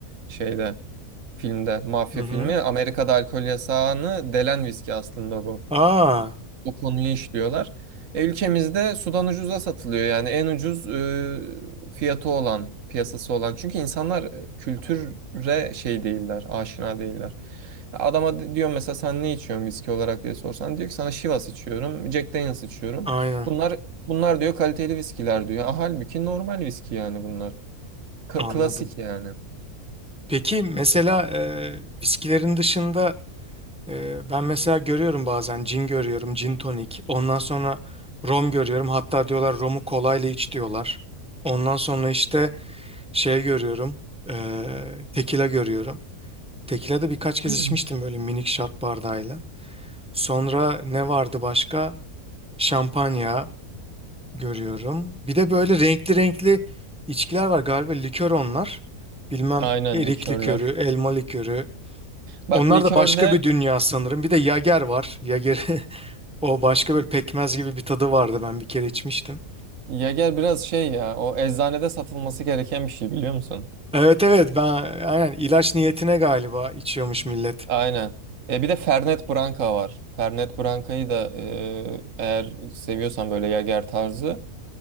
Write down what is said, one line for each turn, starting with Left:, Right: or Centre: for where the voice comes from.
Right: şeyde filmde, mafya
Centre: Hı hı.
Right: filmi. Amerika'da alkol yasağını delen viski aslında bu.
Centre: Aa.
Right: O konuyu işliyorlar. E, ülkemizde sudan ucuza satılıyor yani en ucuz e, fiyatı olan, piyasası olan. Çünkü insanlar e, kültüre şey değiller, aşina değiller. Adama di- diyorum mesela sen ne içiyorsun viski olarak diye sorsan diyor ki sana Chivas içiyorum, Jack Daniel's içiyorum.
Centre: Aynen.
Right: Bunlar bunlar diyor kaliteli viskiler diyor. Ah, Halbuki normal viski yani bunlar. Ka-
Centre: Anladım.
Right: klasik yani.
Centre: Peki mesela e, viskilerin dışında Ee, ben mesela görüyorum bazen cin görüyorum, cin tonik. Ondan sonra rom görüyorum. Hatta diyorlar romu kolayla iç diyorlar. Ondan sonra işte şey görüyorum. ee, tekila görüyorum. Tekila da birkaç
Right: <clears throat>
Centre: kez içmiştim böyle minik şat bardağıyla. Sonra ne vardı başka? Şampanya görüyorum. Bir de böyle renkli renkli içkiler var galiba likör onlar. Bilmem
Right: Aynen
Centre: erik
Right: likörler.
Centre: likörü, elma likörü.
Right: Bak
Centre: Onlar
Right: likörde
Centre: da başka bir dünya sanırım. Bir de Yager var. Yager <laughs> O başka böyle pekmez gibi bir tadı vardı ben bir kere içmiştim.
Right: Yager biraz şey ya o eczanede satılması gereken bir şey biliyor musun?
Centre: Evet evet ben aynen ilaç niyetine galiba içiyormuş millet.
Right: Aynen. E bir de Fernet Branca var. Fernet Branca'yı da e, eğer seviyorsan böyle Yager tarzı